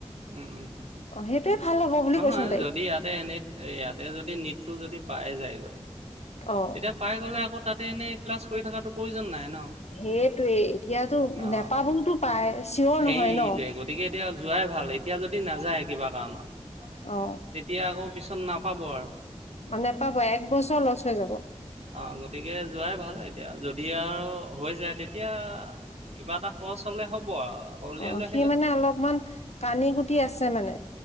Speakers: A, on the right; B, on the left.
A: উম উম।
B: অ', সেইটোৱে ভাল হ'ব বুলি
A: নহয়,
B: কৈচোন তাইক।
A: যদি ইয়াতে এনে, ইয়াতে যদি নিটটো যদি পাই যায়গৈ,
B: অ',
A: তেতিয়া পাই গ'লে আকৌ তাতে এনেই ক্লাছ কৰি থকাটো প্ৰয়োজন নাই। ন,
B: সেইটোৱে এতিয়াতো
A: অ',
B: নেপাবওতো পায় চিয়ৰ
A: সেইটোৱেই,
B: নহয় ন।
A: গতিকে এতিয়া যোৱাই ভাল এই তেতিয়া যদি নাযায় কিবা কাৰণত।
B: অ',
A: তেতিয়া আকৌ পিছত নাপাব আৰু।
B: অ নোপাব। এক বছৰ লছ হৈ যাব।
A: অ গতিকে যোৱাই ভাল এতিয়া যদি আৰু হৈ যায়। তেতিয়া কিবা এটা খৰচ হলে হ'ব আৰু। আকৌ উলিয়াই
B: অ
A: লৈ
B: সি
A: আহিলে
B: মানে
A: হ'ল
B: অলপমান কানি কুটি আছে মানে।